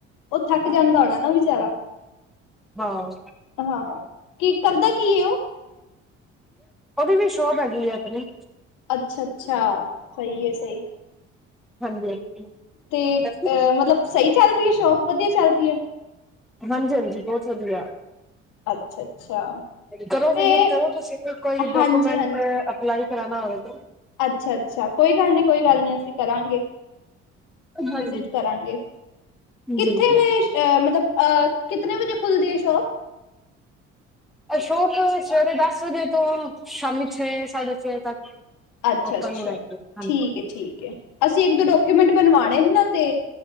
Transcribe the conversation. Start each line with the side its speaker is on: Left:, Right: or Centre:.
Left: ਉਹ ਥੱਕ
Centre: ਹਾਂ
Left: ਜਾਂਦਾ ਹੋਣਾ ਨਾ ਵਿਚਾਰਾ।
Centre: ਹਾਂ।
Left: ਹਾਂ। ਕੀ ਕਰਦਾ ਕੀ ਹੈ ਉਹ।
Centre: ਉਹਦੀ ਵੀ ਸ਼ੋਪ ਹੈਗੀ ਹੈ ਆਪਣੀ।
Left: ਅੱਛਾ- ਅੱਛਾ, ਸਹੀ ਹੈ, ਸਹੀ ਹੈ।
Centre: ਹਾਂਜੀ।
Left: ਤੇ,
Centre: ਹਾਂਜੀ
Left: ਅਹ ਮਤਲਬ ਸਹੀ ਚੱਲ ਰਹੀ ਹੈ ਸ਼ੋਪ ਵਧੀਆ ਚੱਲ ਰਹੀ ਹੈ।
Centre: ਹਾਂਜੀ- ਹਾਂਜੀ, ਬਹੁਤ ਵਧੀਆ।
Left: ਅੱਛਾ ਅੱਛਾ
Centre: ਕਰੋ
Left: ਤੇ
Centre: ਵਿਜ਼ਿਟ ਕਰੋ ਤੁ ਸ ਕੋਈ
Left: ਹਾਂਜੀ
Centre: ਡੋਕੂਮੈਂਟ
Left: ਹਾਂਜੀ
Centre: ਲਾਈ ਕਰਨਾ ਹੋਏ ਤੇ।
Left: ਅੱਛਾ- ਅੱਛਾ, ਕੋਈ ਗੱਲ ਨੀ, ਕੋਈ ਗੱਲ ਨੀ ਅਸੀਂ ਕਰਾਂਗੇ।
Centre: ਹਾਂਜੀ
Left: ਵਿਜਿਟ ਕਰਾਂਗੇ। ਕਿੱਥੇ
Centre: ਜੀ
Left: ਵੇ ਅ ਮਤਲਬ ਕਿਤੇ ਵਜੇ ਖੁੱਲਦੀ ਹੈ ਸ਼ੋਪ।
Centre: ਅਸ਼ੋਕ ਸਵੇਰੇ ਦਸ ਵਜੇ ਤੋਂ ਸ਼ਾਮੀ ਛੇ ਸਾਢੇ ਛੇ ਵਜੇ ਤੱਕ।
Left: ਅੱਛਾ-
Centre: ਓਪਨ
Left: ਅੱਛਾ,
Centre: ਰਹਿੰਦੇ ਹਾਂਜੀ
Left: ਠੀਕ ਹੈ, ਠੀਕ ਹੈ। ਅਸੀਂ ਇੱਕ ਦੋ ਡਾਕੂਮੈਂਟ ਬਣਵਾਣੇ ਨਾ ਤੇ